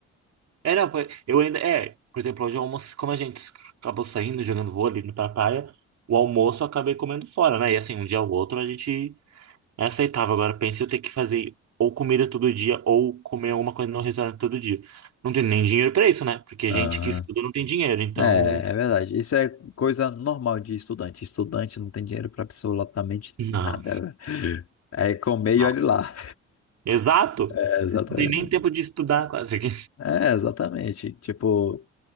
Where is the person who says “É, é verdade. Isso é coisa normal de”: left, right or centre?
Left